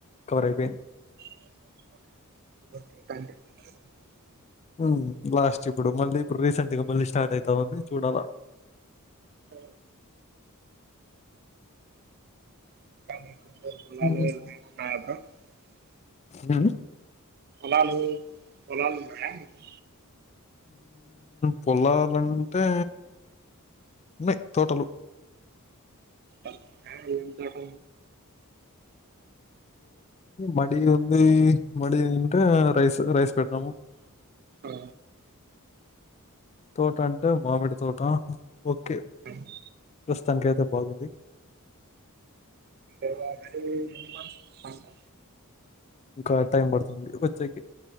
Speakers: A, on the left (about 30°); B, on the right (about 45°).
A: కవరైపోయింది
B: <unintelligible>
A: ఉమ్ లాస్ట్ ఇప్పుడు మళ్ళీ ఇప్పుడు రీసెంట్గా మళ్ళీ స్టార్ట్ అవుతా ఉంది చూడాలా
B: ఆ <unintelligible>
A: హ్మ్.
B: <inaudible>
A: ఆ
B: పోలాలు పొలాలున్నయా మీకు
A: పొలాలంటే ఉన్నయి తోటలు
B: ఆ ఏ ఎంతంట
A: మడి ఉంది మడి అంటే రైస్ రైస్ పెట్టినాము.
B: ఆ
A: తోటంటే మామిడి తోట ఓకే
B: అ <inaudible> <unintelligible>
A: ప్రస్తుతానికి అయితే బాగుంది.
B: అే అడి ఎన్ని మాసు <unintelligible>
A: ఇంకా టైం పడుతుంది. ఆ వచ్చేకి